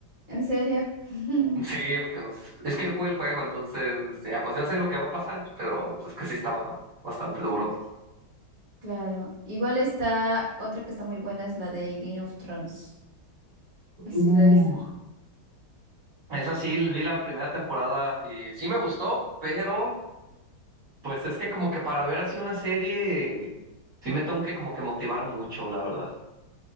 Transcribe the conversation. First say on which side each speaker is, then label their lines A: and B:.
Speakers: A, on the right; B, on the right.
A: en serio. <laughs>
B: Sí, porque pues, es que jugué el juego, entonces ya, pues ya sé lo que va a pasar, pero pues que sí estaba bastante duro.
A: Claro. Igual está otra que está muy buena, es la de Game of Thrones.
B: Uh.
A: No sé si la viste.
B: Esa sí, vi la primera temporada y sí me gustó, pero pues es que como que para ver así una serie, sí me tengo que como que motivar mucho, la verdad.